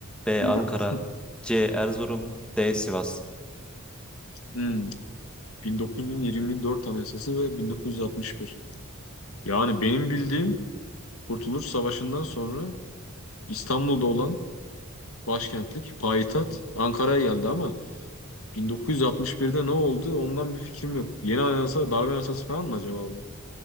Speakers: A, in the centre; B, on the left.
A: B.
B: <laughs>
A: Ankara C. Erzurum D. Sivas
B: Hmm, 1924 Anayasası ve 1961. Yani benim bildiğim Kurtuluş Savaşı'ndan sonra İstanbul'da olan başkentlik, payitaht Ankara'ya geldi ama 1961'de ne oldu ondan bir fikrim yok. Yeni anayasa, darbe anayasası falan mı acaba bu?